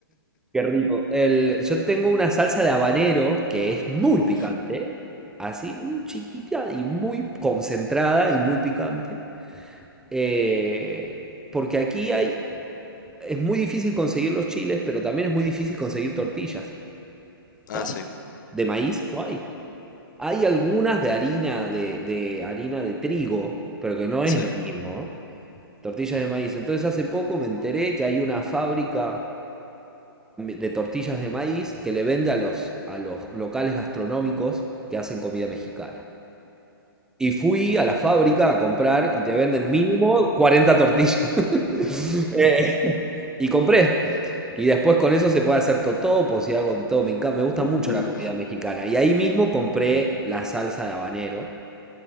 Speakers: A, in the centre; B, on the left.
A: Qué rico. El, yo tengo una salsa de habanero que es muy picante,
B: Uf.
A: así muy chiquita y muy concentrada y muy picante. eh, porque aquí hay, es muy difícil conseguir los chiles, pero también es muy difícil conseguir tortillas.
B: Ah,
A: No hay.
B: sí.
A: De maíz no hay. Hay algunas de harina de, de harina de trigo, pero que no es
B: Sí.
A: lo mismo. Tortillas de maíz. Entonces hace poco me enteré que hay una fábrica de tortillas de maíz que le vende a los, a los locales gastronómicos que hacen comida mexicana. Y fui a la fábrica a comprar y te venden mínimo 40 tortillas. <laughs> Eh, y compré. Y después con eso se puede hacer totopos y hago de todo. Me encanta, me gusta
B: Uf.
A: mucho la comida mexicana. Y ahí mismo compré la salsa de habanero